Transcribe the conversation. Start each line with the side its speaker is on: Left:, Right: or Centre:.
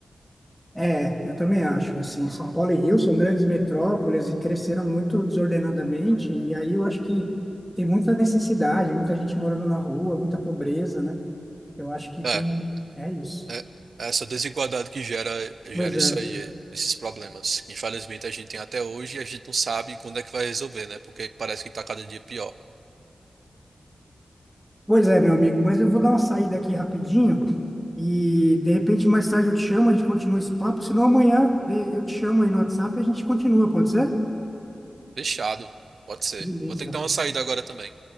Centre: É, eu também acho, assim, São Paulo e Rio são grandes metrópoles e cresceram muito desordenadamente, e aí eu acho que tem muita necessidade, muita gente morando na rua, muita pobreza, né? Eu acho que
Right: É,
Centre: tem, é isso.
Right: é é essa desigualdade que gera, gera
Centre: Pois
Right: isso
Centre: é.
Right: aí, esses problemas. Infelizmente, a gente tem até hoje e a gente não sabe quando é que vai resolver, né? Porque parece que tá cada dia pior.
Centre: Pois é, meu amigo, mas eu vou dar uma saída aqui rapidinho e de repente mais tarde eu te chamo, a gente continua esse papo, senão amanhã de- eu te chamo aí no WhatsApp e a gente continua, pode ser?
Right: Fechado. Pode ser.
Centre: Beleza.
Right: Vou ter que dar uma saída agora também.